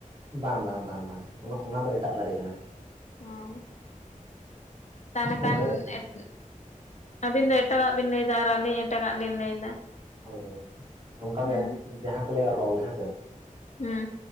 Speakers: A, on the right; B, on the left.
A: ᱵᱟᱝ ᱵᱟᱝ ᱵᱟᱝ ᱵᱟᱝ ᱚᱱᱟ ᱚᱱᱟ ᱫᱚ ᱮᱴᱟᱜ ᱫᱟᱨᱮ ᱠᱟᱱᱟ᱾
B: ᱦᱚᱸ ᱛᱟᱦᱚᱞᱮ ᱠᱷᱟᱱ
A: ᱚᱱᱠᱟ ᱦᱳᱭ
B: ᱮᱸᱫ ᱟᱹᱵᱤᱱ ᱫᱚ ᱮᱴᱟᱜᱟᱜ ᱵᱤᱱ ᱞᱟᱹᱭᱫᱟ ᱟᱨ ᱟᱹᱞᱤᱧ ᱮᱴᱟᱜᱟᱜ ᱞᱤᱧ ᱞᱟᱹᱭᱫᱟ
A: ᱦᱳᱭ ᱦᱳᱭ ᱚᱝᱠᱟ
B: ᱦᱩᱸ
A: ᱜᱮ ᱡᱟᱦᱟᱸ ᱠᱚ ᱞᱟᱹᱭᱟ ᱨᱚᱞ ᱦᱮᱸᱥᱮ
B: ᱦᱩᱸ